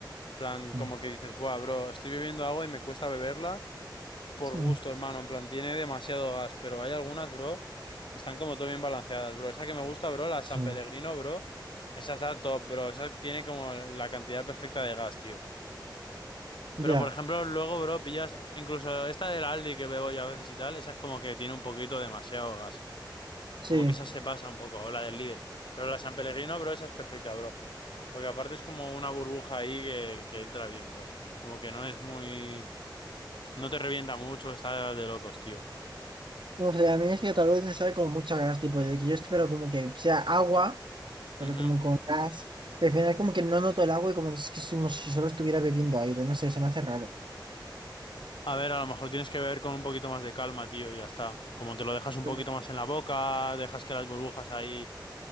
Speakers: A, on the left (about 80°); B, on the right (about 75°).
A: En plan,
B: Sí.
A: como que dices, buah, bro, estoy bebiendo agua y me cuesta beberla. por
B: Sí.
A: gusto, hermano. En plan, tiene demasiado gas, pero hay algunas, bro, que están como todo bien balanceadas, bro. Esa que me gusta, bro, la
B: Sí,
A: San Pellegrino, bro. Esa está top, bro. Esa tiene como la cantidad perfecta de gas, tío.
B: ya,
A: Pero, por ejemplo, luego, bro, pillas... Incluso esta del Aldi que bebo yo a veces y tal, esa es como que tiene un poquito demasiado gas.
B: sí.
A: Como que esa se pasa un poco, o la del Lidl. Pero la San Pellegrino, bro, esa es perfecta, bro. Porque aparte es como una burbuja ahí que, que entra bien, bro. Como que no es muy... No te revienta mucho, está de locos, tío.
B: No sé, a mí es que tal vez me sabe como mucho a gas, tipo, de que yo espero como que sea agua, pero
A: Ujú.
B: como con gas. Y al final como que no noto el agua y como que es que es como si solo estuviera bebiendo aire, no sé, se me hace raro.
A: A ver, a lo mejor tienes que beber con un poquito más de calma, tío, y ya está. Como te lo dejas
B: Uy.
A: un poquito más en la boca, dejas que las burbujas ahí,